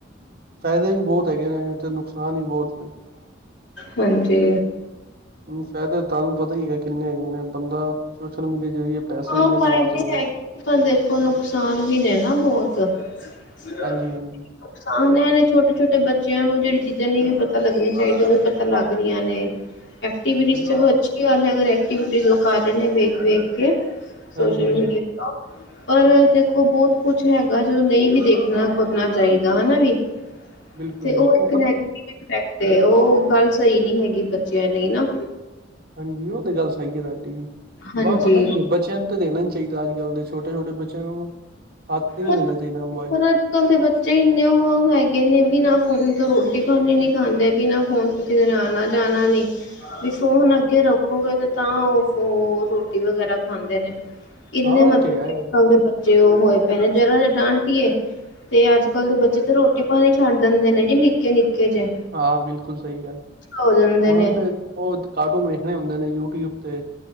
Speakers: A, on the right; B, on the left.
A: ਫ਼ਾਇਦੇ ਵੀ ਬੋਤ ਹੈਗੇ ਨੇ ਤੇ ਨੁਕਸਾਨ ਵੀ ਬੋਤ ਨੇ।
B: ਹਾਂਜੀ।
A: ਹੁਣ ਫਾਇਦਾ ਤੁਹਾਨੂੰ ਪਤਾ ਹੀ ਹੈਗਾ ਕਿੰਨੇ ਹੈਗੇ ਨੇ, ਬੰਦਾ ਸੋਸ਼ਲ ਮੀਡੀਆ ਜ਼ਰੀਏ ਪੈਸੇ
B: ਹਾਂ
A: ਇੰਨੇ
B: ਫਾਇਦੇ
A: ਕਮਾ ਸਕਦਾ।
B: ਹੈਗੇ ਪਰ ਦੇਖੋ ਨੁਕਸਾਨ ਵੀ ਨੇ ਨਾ ਬੋਤ। ਨੁਕਸਾਨ
A: ਹਾਂਜੀ ਹਾਂਜੀ
B: ਇਹ ਨੇ ਛੋਟੇ-ਛੋਟੇ ਬੱਚਿਆਂ ਨੂੰ ਜਿਹੜੀ ਚੀਜ਼ਾਂ ਨੇ ਇਹ ਵੀ ਪਤਾ ਲੱਗੀਆਂ ਚਾਹੀਦੀਆਂ ਉਹ ਵੀ ਪਤਾ ਲੱਗ ਰਹੀਆਂ ਨੇ।
A: <unintelligible>
B: ਐਕਵਿਟੀ
A: ਬਿਲ
B: ਚਲੋ ਅੱਛੀ ਗੱਲ ਹੈਗ ਐਕਟੀਵਿਟੀ ਕਰ ਰਹੇ ਨੇ ਵੇਖ ਵੇਖ ਕੇ ਸੋਸ਼ਲ
A: ਹਾਂਜੀ ਹਾਂਜੀ
B: ਮੀਡੀਆ ਤੋਂ ਪਰ ਦੇਖੋ ਬਹੁੱਤ ਕੁੱਛ ਹੈਗਾ ਜੋ ਨਹੀਂ ਵੀ ਦੇਖਣਾ ਕਰਨਾ ਚਾਹੀਦਾ ਹਨਾ ਵੀ
A: ਬਿਲਕੁਲ
B: ਤੇ
A: ਜੀ
B: ਉਹ ਇੱਕ
A: ਪਤਾ
B: ਨੇਗਟਿਵ ਐਕਟ ਉਹ ਗੱਲ ਸਹੀ ਨੀ ਹੈਗੀ ਬੱਚਿਆਂ ਲਈ ਨਾ
A: ਹਾਂਜੀ ਉਹ ਤੇ ਗੱਲ ਸਹੀ ਹੈ ਤੁਹਾਡੀ ਜੀ
B: ਹਾਂਜੀ।
A: ਵਾਹ ਪਤਾ ਕੀ ਹੈ ਬਚਿਆਂ ਤੇ ਦੇਣਾ ਨਹੀਂ ਚਾਹੀਦਾ ਅੱਜ ਕੱਲ੍ਹ ਦੇ ਛੋਟੇ ਛੋਟ ਬੱਚਿਆਂ ਨੂੰ ਹੱਥ ਹੀ ਨਹੀਂ
B: ਪਰ
A: ਦੇਣਾ ਚਾਹੀਦਾ ਮੋਬਾਇਲ
B: ਪਰ ਅੱਜ ਕੱਲ ਦੇ ਬੱਚੇ ਇੰਨੇ ਉਹ ਹੈਗੇ ਨੇ ਬਿਨਾਂ ਫੋਨ ਤੋਂ ਰੋਟੀ ਪਾਣੀ ਨੀ ਖਾਂਦੇ ਬਿਨਾਂ ਫੋਨ ਕਿਤੇ ਨੇ ਆਉਣਾ ਜਾਣਾ ਨੀ ਬੀ ਫੋਨ ਅੱਗੇ ਰੱਖੋਗੇ ਤੇ ਤਾਂ ਉਹ ਫਿਰ ਰੋਟੀ ਵਗੈਰਾ ਖਾਂਦੇ ਨੇ ਇੰਨੇ
A: ਹਾਂ ਉਹ
B: ਮਤਲੱਬ
A: ਤੇ ਹੈ
B: ਕਿ ਅੱਜ ਕੱਲ ਦੇ ਬੱਚੇ ਉਹ ਹੋਏ ਪਏ ਨੇ ਜਰਾ ਤੇ ਡਾਂਟੀਏ ਤੇ ਅੱਜ ਕੱਲ ਦੇ ਬੱਚੇ ਤਾਂ ਰੋਟੀ ਪਾਣੀ ਛੱਡ ਦਿੰਦੇ ਨੇ ਜੀ ਨਿੱਕੇ ਨਿੱਕੇ ਜੇ
A: ਹਾਂ ਬਿਲਕੁੱਲ ਸਹੀ ਗੱਲ
B: ਹੋ ਜਾਂਦੇ
A: ਹੁਣ
B: ਨੇ
A: ਤੇ ਉਹ ਕਾਰਟੂਨ ਵੇਖਣੇ ਹੁੰਦੇ ਨੇ ਯੂਟਿਊਬ ਤੇ